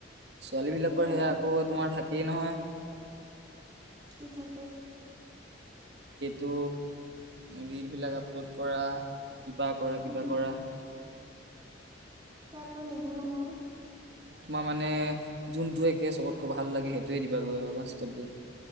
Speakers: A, on the right; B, on the right.
A: ছোৱালীবিলাকৰ
B: ই
A: সেয়া
B: আই
A: আকৌ
B: অ
A: তোমাৰ থাকেই, নহয়।
B: কি, থাকে?
A: টো, ৰীলবিলাক আপলোড কৰা। কিবা কৰা, কিবা
B: উম
A: কৰা।
B: মই নিদিওঁ, নহয়।
A: তোমাৰ মানে, যোনটো একে সবতকৈ ভাল লাগে, সেইটোৱে দিবাগৈ, আৰু লাষ্টতগৈ।